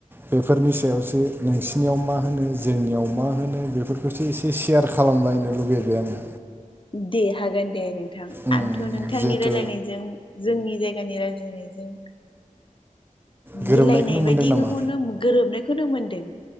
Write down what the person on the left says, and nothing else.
दे हागोन दे नोंथां
आंथ' नोंथांनि
रायलायनायजों जोंनि जायगानि रायज्लायनायजों
मिलायनाय
बायदिखौनो
गोरोबनायखौनो मोनदों।